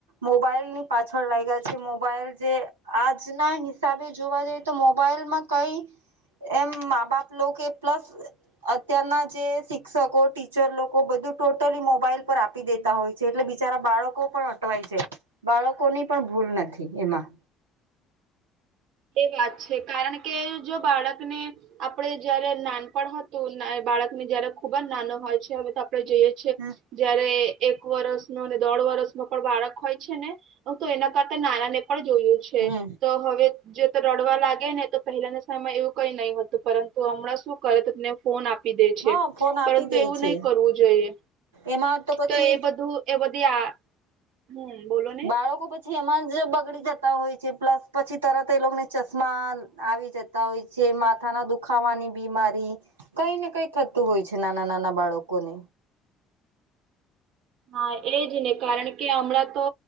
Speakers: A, on the right; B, on the right.
A: મોબાઈલની પાછળ લાયગા છે, મોબાઈલ જે આજના હિસાબે જોવા જઈએ તો મોબાઈલમાં કઈ એમ મા-બાપનું કે પ્લસ અત્યારના જે શિક્ષકો ટીચર લોકો બધું ટોટલી મોબાઈલ પર આપ આપી દેતા હોય છે, એટલે બિચારા બાળકો પણ અટવાય છે. બાળકોની પણ ભૂલ નથી એમાં.
B: એ વાત છે કારણ કે, જો બાળકને આપડે જયારે નાનપણ હતું ને બાળકને જયારે ખુબ જ નાનો હોય છે હવે તો આપડે જોઈએ છીએ
A: હમ
B: જયારે એક વરસનો ને દોઢ વરસનો પણ બાળક હોય છે ને હું તો એના કરતા નાનાને પણ જોયું છે.
A: હમ
B: છે, તો હવે જે તો રડવા લાગે ને તો પહેલાના સમયમાં એવું કઈ નહી હતું, પરંતુ હમણાં શું કરે તમને ફોન આપી દે છે,
A: હા ફોન આપી
B: પરંતુ
A: દે
B: એવું
A: છે
B: નઈ કરવું જોઈએ.
A: એમાં પછી
B: તો એ બધું એ બધી આ હમ બોલો ને
A: બાળકો પ પછી એમાં જ બગડી જતા હોય છે. પ્લસ પછી તરત એ લોકોને ચશ્મા આવી જ તા હોય છે, માથાના દુખાવાની બીમારી કઈ ને કઈ થતું હોય છે, નાના-નાના બાળકોને.
B: હા, એજ ને કારણ કે હમણાં તો